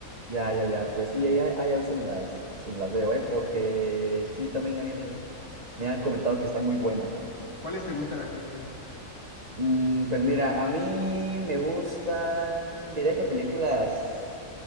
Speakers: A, on the right (about 30°); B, on the left (about 20°).
A: Ya, ya, ya. Pues sí, ahí, ahí a ver si me las, si me las veo, ¿eh? Porque sí, también alguien es- me han comentado que están muy buenas, ¿no?
B: ¿Cuáles te gustan a ti, José?
A: Mm, pues mira, a mí me gustan, diría que películas,